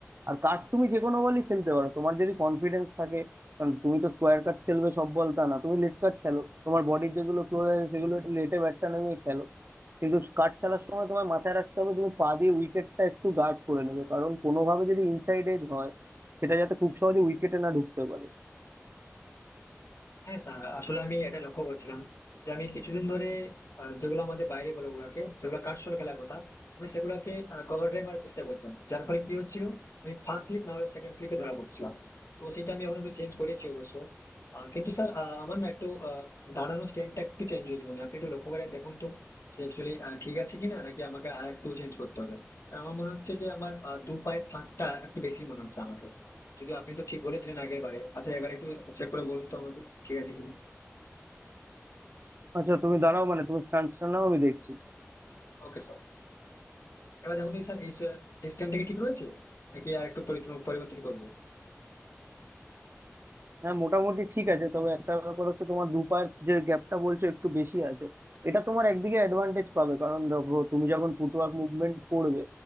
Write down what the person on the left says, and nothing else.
হ্যাঁ স্যার আসলে আমি এটা লক্ষ্য করছিলাম যে আমি কিছুদিন ধরে আহ, যেগুলো আমাদের বাইরে বলে ওগুলাকে যেগুলো কাটছড় খেলার কথা আমি সেগুলাকে কভার ড্রাইভ মারার চেষ্টা করছিলাম যার ফলে কি হচ্ছিল আমি ফার্স্ট স্লিপ না হলে সেকেন্ড স্লিপে ধরা পড়ছিলাম তো সেটা আমি এখন একটু চেঞ্জ করেছি অবশ্য আহ, কিন্তু স্যার আমার না একটু আহ, দাঁড়ানোর স্ট্যান্ডটা একটু চেঞ্জ হয়েছে মনে হয়। আপনি একটু লক্ষ্য করে দেখুন তো সে অ্যাকচুয়ালি ঠিক আছে কিনা নাকি আমাকে আর একটু চেঞ্জ করতে হবে আর আমার মনে হচ্ছে যে আমার আহ, দু পায়ের ফাঁকটা একটু বেশি মনে হচ্ছে আমাকে যদিও আপনি তো ঠিক বলেছিলেন আগের বারে আচ্ছা এবার একটু চেক করে বলুন তো আমাকে ঠিক আছে কিনা
ওকে স্যার এবার দেখুন দেখি স্যার এই স্যার এই স্ট্যান্ডটা কি ঠিক রয়েছে নাকি আর একটু পরি- পরিবর্তন করবো